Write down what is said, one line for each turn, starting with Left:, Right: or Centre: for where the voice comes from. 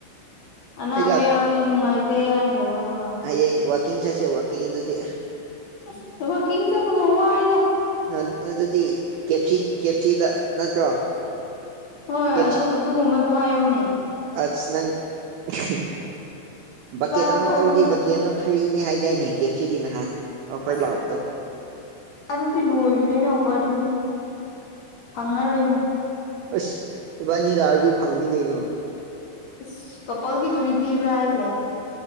Left: ꯑꯅꯥꯕ
Right: ꯑꯩ
Left: ꯌꯥꯎꯔꯤ ꯅꯨꯡꯉꯥꯏꯇꯦ ꯍꯥꯏꯗꯕꯀꯣ
Right: ꯍꯌꯦꯡ ꯋꯥꯀꯤꯡ ꯆꯠꯁꯦ ꯋꯥꯀꯤꯡ ꯑꯗꯨꯗꯤ
Left: ꯑꯁ ꯋꯥꯀꯤꯡ ꯆꯠꯄꯒ ꯋꯥꯏꯗ
Right: ꯑ ꯑꯗꯨꯗꯤ ꯀꯦꯞꯁꯤ ꯀꯦꯞꯁꯤꯗ ꯅꯠꯇ꯭ꯔꯣ
Left: ꯍꯣꯏ
Right: ꯀꯦꯞꯁꯤ
Left: ꯑꯗꯨ ꯑꯗꯨꯒꯨꯝꯕꯗꯨ ꯍꯥꯏꯌꯣꯅꯦ
Right: ꯑꯁ ꯅꯪ ꯏꯍꯤ ꯕꯛꯀꯦꯠ
Left: ꯆꯥꯕ
Right: ꯑꯃ
Left: ꯊꯛꯄꯒꯤ
Right: ꯂꯧꯗꯤ ꯕꯛ ꯀꯦ ꯑꯃ ꯐ꯭ꯔꯤꯅꯦ ꯍꯥꯏꯗꯥꯏꯅꯦ ꯀꯦꯐ ꯁꯤꯒꯤ ꯅꯍꯥꯟ ꯑꯣꯐꯔ
Left: ꯑꯁ
Right: ꯂꯥꯛꯄꯗꯣ
Left: ꯑꯗꯨꯗꯤ ꯂꯣꯏꯒꯔꯦꯅ ꯑꯣꯐꯔꯗꯨꯗꯤ ꯐꯪꯉꯔꯣꯏꯅꯦ
Right: ꯑꯁ ꯏꯕꯥꯅꯤ ꯂꯥꯛꯑꯗꯤ ꯐꯪꯅꯤ ꯀꯩꯅꯣ
Left: ꯑꯁ ꯀꯄꯜꯒꯤ ꯐ꯭ꯔꯤ ꯄꯤꯕ꯭ꯔꯥ ꯍꯥꯏꯁꯦ